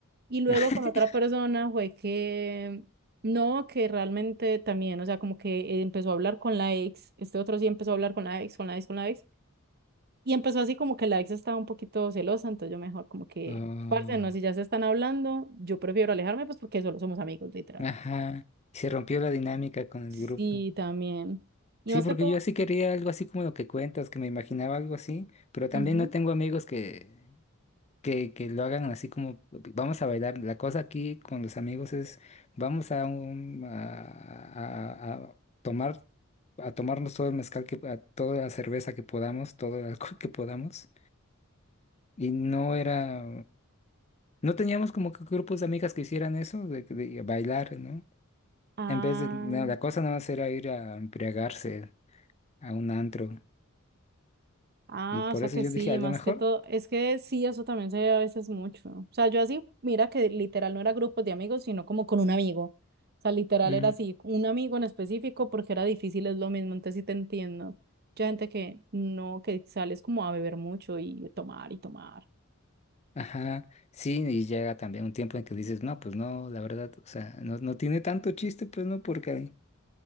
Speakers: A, on the right (about 50°); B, on the left (about 30°).
A: Y luego
B: <laughs>
A: con otra persona fue que no, que realmente también, o sea, como que empezó a hablar con la ex, este otro sí empezó a hablar con la ex, con la ex, con la ex, y empezó así como que la ex estaba un poquito celosa, entonces yo mejor como que,
B: Oh,
A: parce, no, si ya se están hablando, yo prefiero alejarme, pues porque solo somos amigos, literal.
B: ajá. Se rompió la dinámica con
A: Sí,
B: el grupo.
A: también. Y
B: Sí,
A: más
B: porque
A: que todo,
B: yo sí quería algo así como lo que cuentas, que me imaginaba algo así, pero también
A: ujú.
B: no tengo amigos que que, que lo hagan así como vamos a bailar. La cosa aquí con los amigos es vamos a, un, a, a- a tomar a tomarnos todo el mezcal que a toda la cerveza que podamos, todo el alcohol que podamos. Y no era no teníamos como que grupos de amigas que hicieran eso de, de bailar, ¿no?
A: Ah.
B: En vez de no, la cosa nada más era ir a embriagarse a un antro.
A: Ah,
B: Y por
A: o sea
B: eso
A: que
B: yo
A: sí,
B: dije, a
A: más
B: lo mejor.
A: que todo, es que sí, eso también se ve a veces mucho. O sea, yo así, mira que literal no era grupos de amigos, sino como con un amigo. O sea, literal
B: mm,
A: era así, un amigo en específico, porque era difícil, es lo mismo, entonces sí te entiendo. Mucha gente que no, que sales como a beber mucho y tomar y tomar.
B: Ajá, sí, y llega también un tiempo en que dices, no, pues no, la verdad, o sea, no, no tiene tanto chiste, pues no, porque